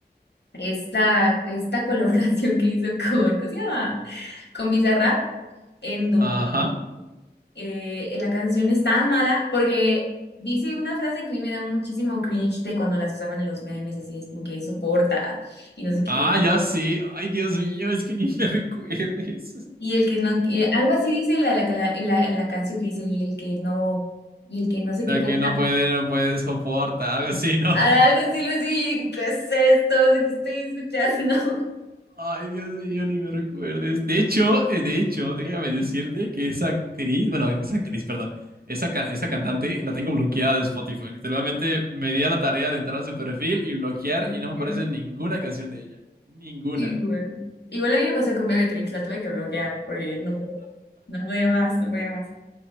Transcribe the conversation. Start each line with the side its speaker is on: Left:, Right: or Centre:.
Left: esta, esta <laughs> colaboración que hizo con, ¿cómo se llama? Con Bizarrap, en donde
Right: Ajá.
Left: eh, la canción es tan mala, porque dice una frase que a mí me da muchísimo cringe de cuando las usaban en los memes, así es como que soporta y no sé qué.
Right: Ah, ya sí. Ay, Dios mío, es que ni me <laughs> recuerdes.
Left: Y el que no, y algo así dice la, la, la, la- la canción que dice, y el que no, y el que no sé
Right: La
Left: qué cosa.
Right: que no puede, no puede soportar, algo así, ¿no?
Left: Ah, Algo así, lo así, y yo dije, ¿qué es esto? O sea, ¿qué estoy escuchando? <laughs>
Right: Ay, Dios mío, ni me recuerdes. De hecho, eh, de hecho, déjame decirte que esa actriz, bueno, esa actriz, perdón, esa, ca- esa cantante la tengo bloqueada de Spotify. Literalmente me di a la tarea de entrar a su perfil y bloquear
Left: Y dije,
Right: y no me
Left: "Qué
Right: aparece ninguna canción de ella. Ninguna.
Left: Igual. Igual a mí me pasó con Bebetrix, la tuve que bloquear porque no, pod- no podía más, no podía más.